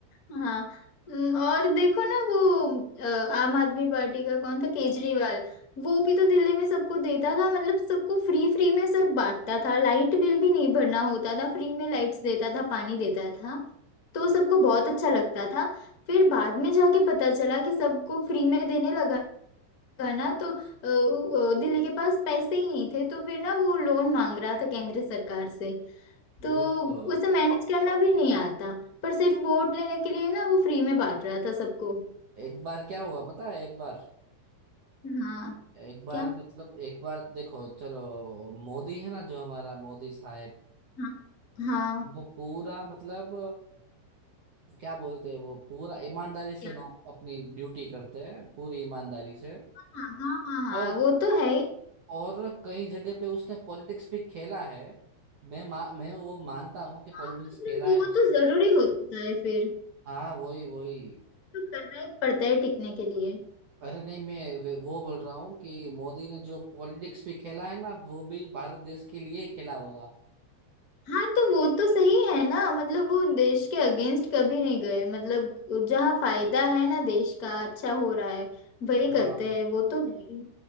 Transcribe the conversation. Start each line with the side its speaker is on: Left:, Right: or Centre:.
Left: हाँ हम्म, और देखो ना वो अ, आम आदमी पार्टी का कौन था केजरीवाल वो भी तो दिल्ली में सबको देता था मतलब सबको फ्री फ्री में सब बांटता था लाइट बिल भी नहीं भरना होता था फ्री में लाइट्स देता था पानी देता था
Right: <laughs>
Left: तो
Right: तो
Left: सबको बहुत अच्छा लगता था फिर बाद में जाके पता चला कि सबको फ्री में देने लगा ना तो अ, अ, दिल्ली के पास पैसे ही नहीं थे तो फिर ना वो लोन मांग रहा था केंद्र सरकार से
Right: वो
Left: तो
Right: तो
Left: उसे मैनेज करना भी नहीं आता पर सिर्फ वोट लेने के लिए ना वो फ्री में बांट रहा था सबको
Right: एक बार क्या हुआ पता है एक बार
Left: हाँ
Right: एक बार
Left: क्या
Right: मतलब एक बार देखो चलो मोदी है ना जो हमारा मोदी साहब
Left: हाँ हाँ
Right: वो पूरा मतलब अ, क्या बोलते हैं वो पूरा ईमानदारी से
Left: क्या
Right: नौ अपनी ड्यूटी करते हैं पूरी ईमानदारी से
Left: हाँ हाँ हाँ
Right: और
Left: हाँ वो तो है ही
Right: और कई जगह पे उसने पॉलिटिक्स भी खेला है मैं मा, मैं वो मानता हूँ कि
Left: हाँ,
Right: पॉलिटिक्स
Left: मतलब
Right: खेला है
Left: वो
Right: उसने
Left: तो जरूरी होता है फिर
Right: हाँ वही वही
Left: तो करना ही पड़ता है टिकने के लिए
Right: अरे नहीं मैं वे- वो बोल रहा हूँ कि मोदी ने जो पॉलिटिक्स भी खेला है ना वो भी भारत देश के लिए ही खेला होगा
Left: हाँ तो वो तो सही है ना मतलब वो देश के अगेंस्ट कभी नहीं गए मतलब जहाँ फायदा है ना देश का अच्छा हो रहा है वही
Right: हाँ
Left: करते हैं वो तो है ही